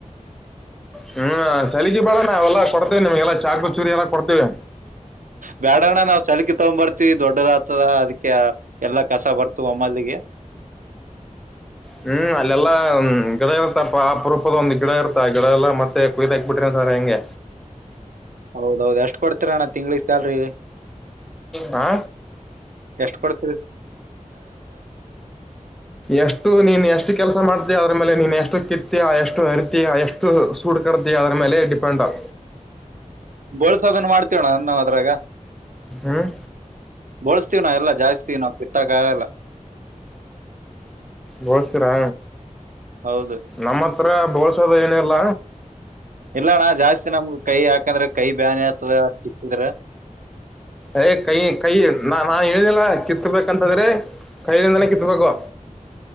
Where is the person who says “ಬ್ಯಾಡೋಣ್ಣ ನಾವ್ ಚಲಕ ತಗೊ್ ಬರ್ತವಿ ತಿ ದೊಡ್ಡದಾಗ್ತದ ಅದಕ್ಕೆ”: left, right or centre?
Right